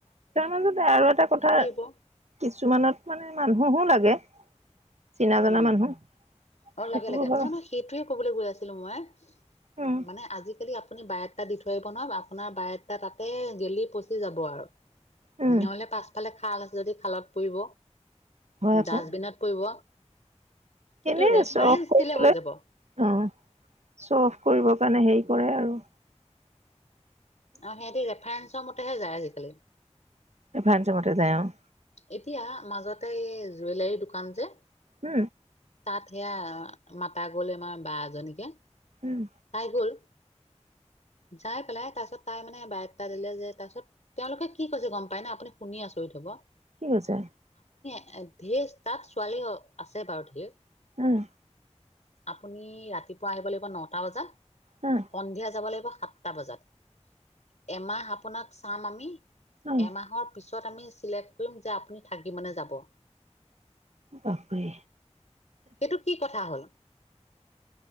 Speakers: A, on the right; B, on the left.
A: তাৰ মাজতে আৰু এটা কথা,
B: লাগিব
A: কিছুমানত মানে মানুহো লাগে। চনা জনা
B: উম
A: মানুহ।
B: অ
A: সেইটোও
B: লাগে লাগে।
A: হয়
B: নহয় নহয় সেইটোয়ে কবলৈ গৈ আছিলো মই
A: উম
B: মানে আজিকালি আ- আপুনি বাৰটা দি থৈ <unintelligible> নহ আপোনাৰ বাৰেটা তাতে গেলি পচি যাব আৰু।
A: উম
B: নহলে পাছফালে খাল আছে যদি খালত পৰিব,
A: হয় আকৌ
B: ডাষ্টবিনত পৰিব। কিন্তু
A: এনে
B: ৰেফাৰেঞ্চ
A: চ অ <unintelligible>
B: দিলে হৈ যাব আৰু
A: চ অফ কৰিবৰ কাৰণে হে কৰে আৰু।
B: আৰু সিহঁতি ৰেফাৰেঞ্চৰ মতেহে যায় আজিকালি।
A: ভচ ম যায় <unintelligible>
B: এতিয়া মাজতে জুৱেলাৰী দোকান যে,
A: কি?
B: তাত সেয়া মাতা গল আমাৰ বা এজনীকে,
A: উম
B: তাই গ'ল? যাই পেলাই তাৰপিছত তাই মানে বায় দাতা দিলে যে, তাৰ পিছত তেওঁলোকে কি কৈছে গম পাই না আপুনি শুনি আছো। কৰি থব।
A: কি কৈছে?
B: এ ধেৰ তাত ছোৱালী আছে বাৰু ধেৰ।
A: উম।
B: আপুনি ৰাতিপুৱা আহিব লাগিব নটা বজাত,
A: উম
B: সন্ধিয়া যাব লাগিব সাততা বজাত। এমাহ আপোনাক চাম আমি,
A: উম
B: এমাহৰ পি তত আমি চিলেক্ট কৰিম যে আপুনি থাকিব নে যাব?
A: বাপৰে
B: সেইটো কি কথা হ'ল?